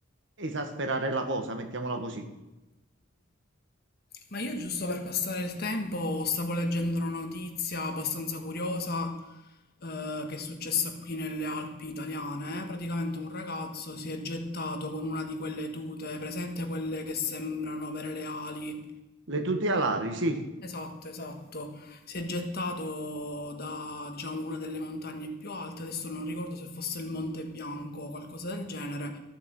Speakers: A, on the right; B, on the left.
A: eh, esasperare la cosa, mettiamola così.
B: Ma io giusto per passare il tempo stavo leggendo una notizia abbastanza curiosa eh, che è successa qui nelle Alpi italiane. Praticamente un ragazzo si è gettato con una di quelle tute, presente quelle che sembrano avere le ali
A: Le tute alari, sì.
B: Esatto, esatto. Si è gettato da, diciamo, una delle montagne più alte, adesso non ricordo se fosse il Monte Bianco o qualcosa del genere,